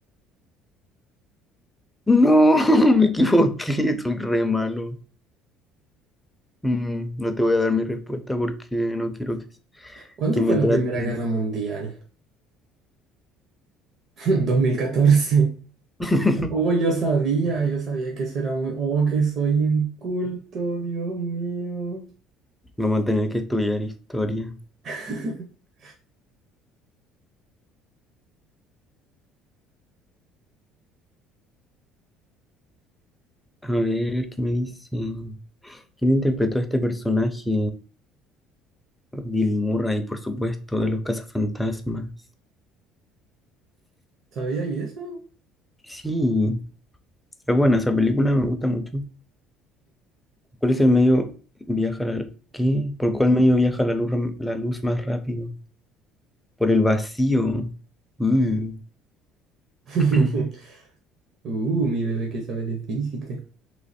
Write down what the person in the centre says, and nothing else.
No, <laughs> me equivoqué, soy re malo. Mm, no te voy a dar mi respuesta porque no quiero que,
que me
trates.
<laughs>
Vamos a tener que estudiar historia.
A ver, ¿qué me dicen? ¿Quién interpretó a este personaje? Bill Murray, por supuesto, de los cazafantasmas.
Sí, es buena esa película, me gusta mucho. ¿Cuál es el medio viaja la, ¿qué? ¿Por cuál medio viaja la luz, ram- la luz más rápido? Por el vacío. Uh.
<clears throat>